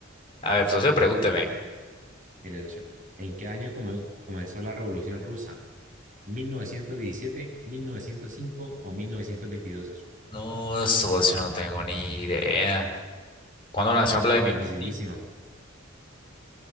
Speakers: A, on the left; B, on the right.
A: A ver, socio, pregúnteme.
B: Mira, socio, ¿En qué año come- comenzó la Revolución Rusa? ¿1917, 1905 o 1922, socio?
A: No, socio, no tengo ni idea. ¿Cuándo nació Vladimir
B: Está facilísimo.
A: Putin?